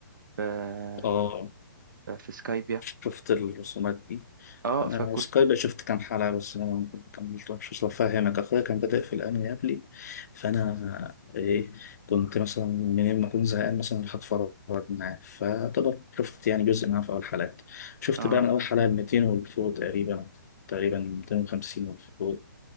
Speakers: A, on the right; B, on the left.
A: في
B: اه
A: في سكايبيا
B: شفت الرسومات دي
A: اه
B: آه،
A: فكل
B: سكاي شفت كام حلقة بس أنا ما كملتهمش أصل أفهمك أخويا كان بادئ في الأنمي قبلي فأنا إيه كنت مثلا منين ما أكون زهقان مثلا أروح أتفرج معاه فطبعا شفت يعني جزء معاه في أول حلقات شفت
A: اه
B: بقى من أول حلقة 200 والفوق تقريبا تقريبا 250 والفوق